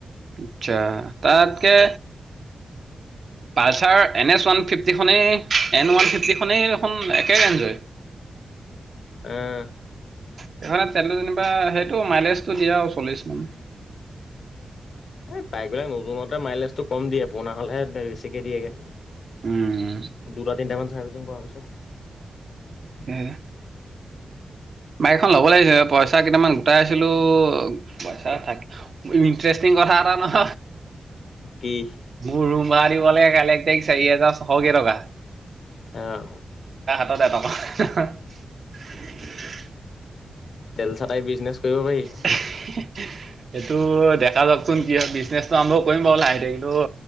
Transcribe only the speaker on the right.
আচছা তাতকে
পালচাৰ এন এছ ওৱান ফিফটিখনেই এন ওৱান ফিফটিখনেই এখন একে ৰেঞ্জই।
সেই খনে তেলটো যেনিবা সেইটো মাইলেজটো দিয়া চল্লিশ মান।
উম
স বাইক এখন ল'ব লাগিছিল পইচা কেইটামান গোটাই আছিলো পইচা থ ইটষ্টিং কথা এটা নহ
মোৰ ৰুম ভাড়া দিব লাগে কাইলে এক তাৰিখ চাৰি হাজাৰ ছশ কে টকা
<unintelligible>
<inaudible> সেইটো দেখা যাওঁকচোন কি হয় বিজনেচটো আৰম্ভ কৰিম বাৰ লাহে লাহে